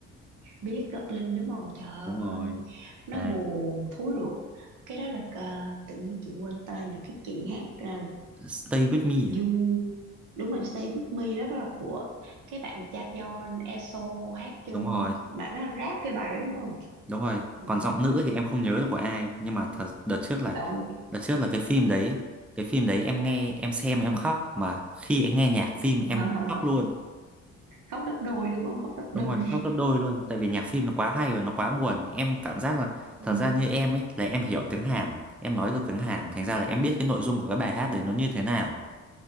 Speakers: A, on the right; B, in the centre.
A: Biết Goblin đúng không? Trời
B: đúng
A: ơi,
B: rồi
A: nó
B: à,
A: buồn thúi ruột. Cái đó là ờ, tự nhiên chị quên tên rồi cái chị hát ờ,
B: Stay With Me à?
A: You đúng rồi Stay With Me đó là của cái bạn cha John Esso hát chung
B: đúng rồi
A: bạn nó rap cái bài đó đúng không
B: đúng rồi
A: Ừ,
B: còn giọng nữ thì em không nhớ được của ai nhưng mà thật đợt trước là
A: đâu
B: đợt trước là cái phim đấy cái phim đấy em nghe em xem em khóc mà khi em nghe nhạc phim em
A: <laughs>
B: cũng khóc luôn
A: khóc gấp đôi đúng không khóc gấp
B: đúng
A: đôi
B: rồi khóc gấp đôi luôn tại vì nhạc phim nó quá hay và nó quá buồn em cảm giác là
A: <laughs>
B: thật
A: ừ.
B: ra như em ấy là em hiểu tiếng Hàn em nói được tiếng Hàn thành ra là em biết cái nội dung của cái bài hát đấy nó như thế nào